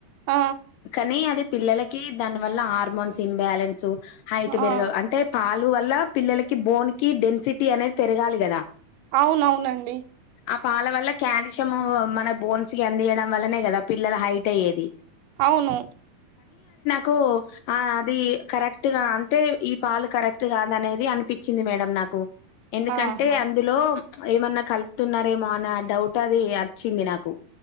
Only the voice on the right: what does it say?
ఆ
ఆ
అవునవునండి
అవును
ఆహా